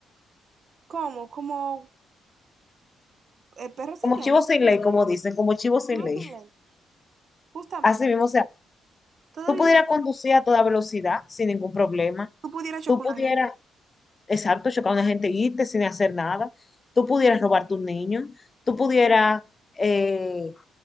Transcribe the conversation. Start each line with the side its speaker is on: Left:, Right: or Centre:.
Right: como, como eh, perros
Left: Como
Right: sin ley,
Left: chivo sin
Right: ¿qué se dice?
Left: ley, como dicen, como chivo sin
Right: Chivos
Left: ley.
Right: sin ley, justamente.
Left: Así mismo, o sea,
Right: Todos
Left: tú
Right: viviéramos,
Left: pudieras conducir
Right: como-
Left: a toda velocidad sin ningún problema,
Right: si tú pudieras chocar
Left: tú pudieras
Right: una gente.
Left: exacto, chocar a una gente y irte sin hacer nada. Tú pudieras robar a tu niño, tú pudieras eh,